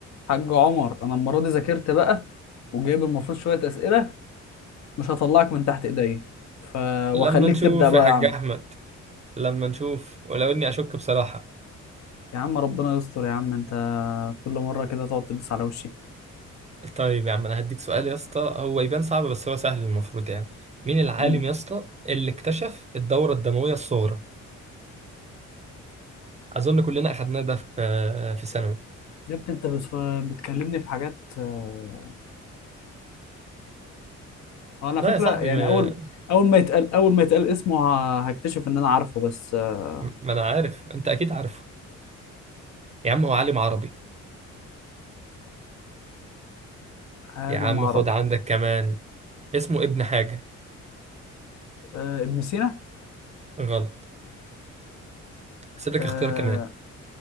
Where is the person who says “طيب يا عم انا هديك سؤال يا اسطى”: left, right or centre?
Right